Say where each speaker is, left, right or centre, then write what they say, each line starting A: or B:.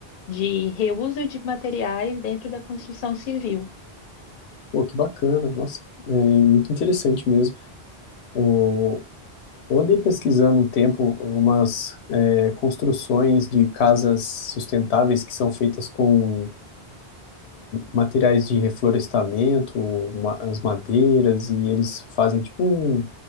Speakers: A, on the left; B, on the left.
A: de reuso de materiais dentro da construção civil.
B: Pô, que bacana, nossa, é muito interessante mesmo. O- eu andei pesquisando um tempo umas é, construções de casas sustentáveis que são feitas com materiais de reflorestamento, ma- as madeiras, e eles fazem tipo um-